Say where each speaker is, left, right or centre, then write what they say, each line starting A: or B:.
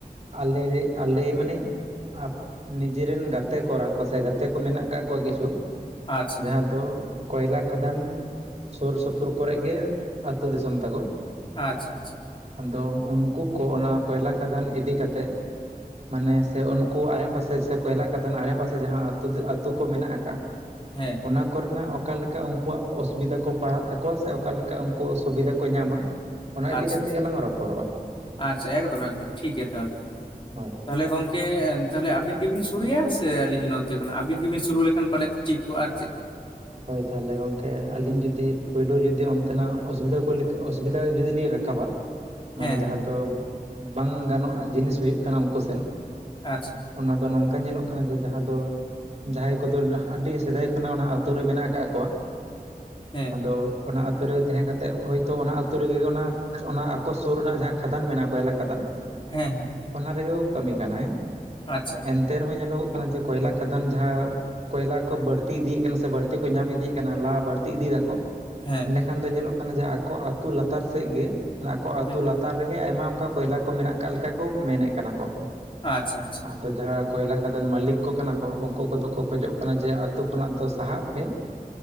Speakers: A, on the right; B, on the left.
A: ᱟᱞᱮ ᱨᱮ ᱟᱞᱮ ᱢᱟᱱᱮ ᱟᱯᱮ ᱱᱤᱡᱮ ᱨᱮᱱ ᱜᱟᱛᱮ ᱠᱚᱨᱟ ᱠᱚ ᱥᱮ ᱜᱟᱛᱮ ᱠᱚ ᱢᱮᱱᱟᱜ ᱠᱟᱜ ᱠᱚᱣᱟ ᱠᱤᱪᱷᱩ
B: ᱟᱪᱪᱷᱟ
A: ᱡᱟᱦᱟᱸ ᱫᱚ ᱠᱚᱭᱞᱟ ᱠᱷᱟᱫᱟᱱ ᱥᱩᱨ ᱥᱩᱯᱩᱨ ᱠᱚᱨᱮ ᱜᱮ ᱟᱹᱛᱩ ᱫᱤᱥᱚᱢ ᱛᱟᱠᱚ
B: ᱟᱪᱪᱷᱟ ᱟᱪᱪᱷᱟ
A: ᱟᱫᱚ ᱩᱱᱠᱩ ᱠᱚ ᱚᱱᱟ ᱠᱚᱭᱞᱟ ᱠᱷᱟᱫᱟᱱ ᱤᱫᱤ ᱠᱟᱛᱮᱫ ᱢᱟᱱᱮ ᱥᱮ ᱩᱱᱠᱩ ᱟᱮ ᱯᱟᱥᱮ ᱥᱮ ᱠᱚᱭᱞᱟ ᱠᱷᱫᱟᱱ ᱟᱲᱮ ᱯᱟᱥᱮ ᱡᱟᱦᱟᱸ ᱟᱛᱩ ᱫᱚ ᱟᱹᱛᱩ ᱠᱚ ᱢᱮᱱᱟᱜ ᱟᱠᱟᱜᱼᱟ
B: ᱦᱮᱸ
A: ᱚᱱᱟ ᱠᱚᱨᱮᱱᱟᱜ ᱚᱠ ᱚᱠᱟᱮ ᱞᱮᱠᱟ ᱩᱱᱠᱩᱣᱟᱜ ᱚᱥᱩᱵᱤᱫᱷᱟ ᱠᱚ ᱯᱟᱲᱟᱜ ᱛᱟᱠᱚᱣᱟ ᱥᱮ ᱚᱠᱟ ᱞᱮᱠᱟ ᱩᱱᱠᱩ ᱥᱩᱵᱤᱫᱷᱟ ᱠᱚ ᱧᱟᱢᱟ। ᱚᱱᱟ ᱤᱫᱤ
B: ᱟᱪᱪᱷᱟ
A: ᱠᱟᱛᱮᱫ ᱜᱮᱞᱟᱝ ᱨᱚᱯᱚᱲᱚᱜᱼᱟ
B: ᱟᱪᱪᱷᱟ ᱮᱠᱫᱚᱢ ᱮᱠᱫᱚᱢ ᱴᱷᱤᱠ ᱜᱮᱭᱟ ᱛᱟᱦᱟᱞᱮ᱾
A: ᱦᱳᱭ
B: ᱛᱟᱦᱟᱞᱮ ᱜᱚᱝᱠᱮ ᱜᱚᱢᱠᱮ ᱛᱟᱦᱟᱞᱮ ᱟᱵᱤᱱ ᱜᱮᱵᱤᱱ ᱥᱩᱨᱩᱭᱟ ᱥᱮ ᱟᱹᱞᱤᱧ ᱱᱚᱛᱮ ᱠᱷᱚᱱᱟᱜ ᱟᱹᱵᱤᱱ ᱜᱮᱵᱤᱱ ᱥᱩᱨᱩ ᱞᱮᱠᱷᱟᱱ ᱯᱟᱞᱮᱫ ᱴᱷᱤᱠ ᱠᱚᱜᱼᱟ ᱟᱨ ᱪᱮᱫ।
A: ᱦᱳᱭ ᱛᱟᱦᱟᱞᱮ ᱜᱚᱝᱠᱮ ᱟᱹᱞᱤᱧ ᱡᱩᱫᱤ ᱯᱩᱭᱞᱩ ᱡᱩᱫᱤ ᱚᱱᱛᱮᱱᱟᱜ ᱚᱥᱩᱵᱤᱫᱷᱟ ᱠᱚ ᱚᱥᱩᱵᱤᱫᱷᱟ ᱡᱩᱫᱤ ᱞᱤᱧ ᱨᱟᱠᱟᱵᱟ᱾ ᱢᱟᱱᱮ
B: ᱦᱮᱸ ᱦᱮᱸ
A: ᱡᱟᱦᱟᱸ ᱫᱚ ᱵᱟᱝ ᱜᱟᱱᱚᱜᱼᱟᱜ ᱡᱤᱱᱤᱥ ᱦᱩᱭᱩᱜ ᱠᱟᱱᱟ ᱩᱱᱠᱩ ᱥᱮᱱ
B: ᱟᱪᱪᱷᱟ
A: ᱚᱱᱟ ᱫᱚ ᱱᱚᱝᱠᱟ ᱧᱮᱞᱚᱜ ᱠᱟᱱᱟ ᱡᱮ ᱡᱟᱦᱟᱸ ᱫᱚ ᱡᱟᱦᱟᱸᱭ ᱠᱚᱫᱚ ᱟᱹᱰᱤ ᱥᱮᱫᱟᱭ ᱠᱷᱚᱱᱟᱜ ᱚᱱᱟ ᱟᱛᱳ ᱨᱮ ᱢᱮᱱᱟᱜ ᱟᱠᱟᱫ ᱠᱚᱣᱟ
B: ᱦᱮᱸ
A: ᱟᱫᱚ ᱚᱱᱟ ᱟᱹᱛᱩ ᱨᱮ ᱛᱟᱦᱮᱸ ᱠᱟᱛᱮ ᱦᱚᱳᱭᱛᱳ ᱚᱱᱟ ᱟᱹᱛᱩ ᱨᱮᱜᱮ ᱚᱱᱟ ᱚᱱᱟ ᱟᱠᱚ ᱥᱩᱨ ᱨᱮᱱᱟᱜ ᱡᱟᱦᱟᱸ ᱠᱷᱟᱫᱟᱱ ᱢᱮᱱᱟᱜᱼᱟ᱾ ᱠᱚᱭᱞᱟ ᱠᱷᱟᱫᱟᱱ ᱼᱼ
B: ᱦᱮᱸ ᱦᱮᱸ
A: ᱚᱱᱟ ᱨᱮᱜᱮ ᱠᱚ ᱠᱟᱹᱢᱤ ᱠᱟᱱᱟ ᱦᱮᱸ᱾
B: ᱟᱪᱪᱷᱟ
A: ᱮᱱ <unintelligible> ᱛᱮ ᱨᱮᱦᱚᱸ ᱧᱮᱞᱚᱜᱚᱜ ᱠᱟᱱᱟ ᱡᱮ ᱠᱚᱭᱞᱟ ᱠᱷᱟᱫᱟᱱ ᱡᱟᱦᱟᱸ ᱠᱚᱭᱞᱟ ᱠᱚ ᱵᱟᱹᱲᱛᱤ ᱤᱫᱤᱭᱮᱫ ᱠᱟᱱᱟ᱾ ᱥᱮ ᱥᱮ ᱵᱟᱹᱲᱛᱤ ᱠᱚ ᱧᱟᱢ ᱤᱫᱤᱭᱮᱜ ᱠᱟᱱᱟ ᱞᱟ ᱵᱟᱹᱲᱛᱤ ᱤᱫᱤᱭᱮᱫᱟᱠᱚ
B: ᱦᱮᱸ
A: ᱮᱸᱰᱮᱠᱷᱟᱱ ᱠᱷᱟᱱ ᱫᱚ ᱧᱮᱞᱚᱜ ᱠᱟᱱᱟ ᱡᱮ ᱟᱠᱚ ᱟᱹᱛᱩ ᱞᱟᱛᱟᱨ ᱥᱮᱫ ᱜᱮ ᱟᱠᱚ ᱟᱹᱛᱩ
B: ᱦᱮᱸ
A: ᱞᱟᱛᱟᱨ ᱨᱮᱜᱮ ᱟᱭᱢᱟ ᱚᱱᱠᱟ ᱠᱚᱭᱞᱟ ᱠᱚ ᱢᱮᱱᱟᱜ ᱟᱠᱟᱫ ᱞᱮᱠᱟ ᱠᱚ ᱢᱮᱱᱮᱫ ᱠᱟᱱᱟ ᱠᱚ᱾
B: ᱟᱪᱪᱷᱟ ᱟᱪᱪᱷᱟ
A: ᱟᱫᱚ ᱡᱟᱦᱟᱸ ᱠᱚᱭᱞᱟ ᱠᱷᱟᱫᱟᱱ ᱢᱟᱹᱞᱤᱠ ᱠᱚ ᱠᱟᱱᱟ ᱠᱚ᱾ ᱩᱱᱠᱩ ᱠᱚᱫᱚ ᱠᱚ ᱠᱷᱚᱡᱚᱜ ᱠᱟᱱᱟ ᱡᱮ ᱟᱛᱩ ᱠᱷᱚᱱᱟᱜ ᱫᱚ ᱥᱟᱦᱟᱜ ᱯᱮ।